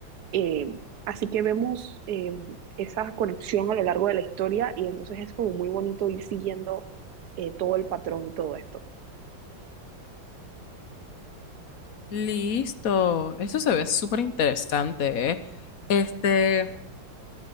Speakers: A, on the right; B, on the left.
A: eh, así que vemos eh, esa conexión a lo largo de la historia y entonces es como muy bonito ir siguiendo eh, todo el patrón y todo esto.
B: Listo, eso se ve súper interesante, ¿eh? Este,